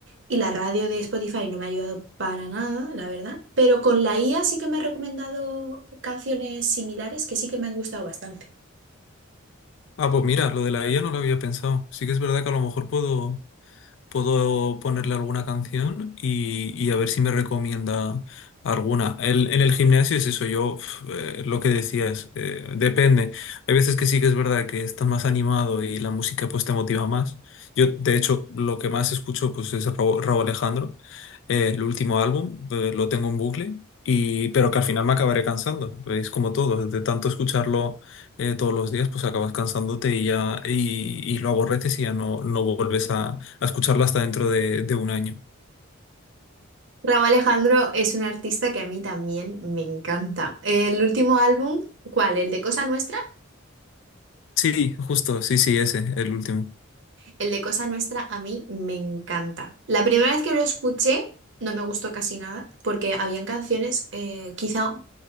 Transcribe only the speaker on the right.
y la radio de Spotify no me ha ayudado para nada, la verdad. Pero con la IA sí que me ha recomendado canciones similares que sí que me han gustado bastante.
Rauw Alejandro es un artista que a mí también me encanta. El último álbum, ¿cuál? ¿El de Cosa Nuestra?
El de Cosa Nuestra a mí me encanta. La primera vez que lo escuché no me gustó casi nada porque habían canciones eh, quizá